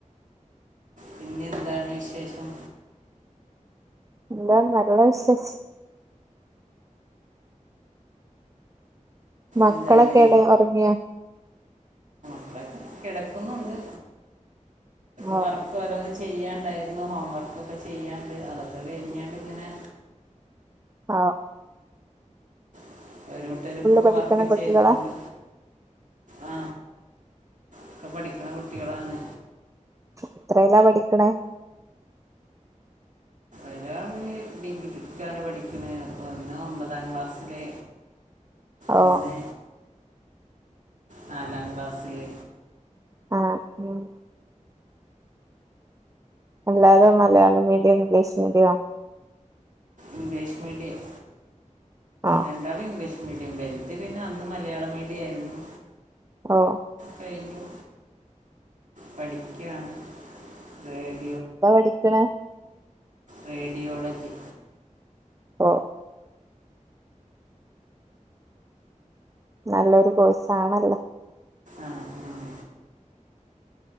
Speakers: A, on the right; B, on the right.
A: പിന്നെ എന്താണ് വിശേഷം
B: എന്താ നല്ല വിശേഷം മക്കളൊക്കെവിടാ
A: എന്താണ്
B: ഉറങ്ങിയാ
A: <unintelligible> കിടക്കുന്നുണ്ട്
B: ഓ
A: <inaudible> വർക്ക് <unintelligible> ചെയ്യാണ്ടായിരുന്നു ഹോംവർക്കൊക്കെ ചെയ്യാണ്ട് അതൊക്കെ കഴിഞ്ഞോണ്ട് ഇങ്ങനെ
B: ആഹ്
A: <unintelligible> ഇപ്പോഴും
B: പഠിക്കണ
A: വർക്ക്
B: കുട്ടികളാ
A: ചെയ്തോണ്ട് ആ ഒക്കെ പഠിക്കണ കുട്ടികളാണ്
B: എത്രേല്ലാ പഠിക്കണേ
A: ഒരാള് ഡിഗ്രിക്കാണ് പഠിക്കുന്നത് ഒന്ന് ഒമ്പതാം ക്ലാസ്സില്
B: ഓ
A: ഒന്ന് നാലാം ക്ലാസ്സില്
B: ആ ഉം എല്ലാരും Malayalam medium English media
A: English medium
B: ആ
A: രണ്ടാളും ഇംഗ്ലീഷ് മീഡിയം വലുതി പിന്നെ അന്ന് മലയാള മീഡിയം ആയിരുന്നു
B: ഓ
A: കഴിഞ്ഞു പഠിക്കയാണ് അത്
B: എന്താ പഠിക്കണ
A: റേഡിയോളജി
B: ഓ നല്ലൊരു കോഴ്സാണല്ലോ
A: ആഹ് ആഹ്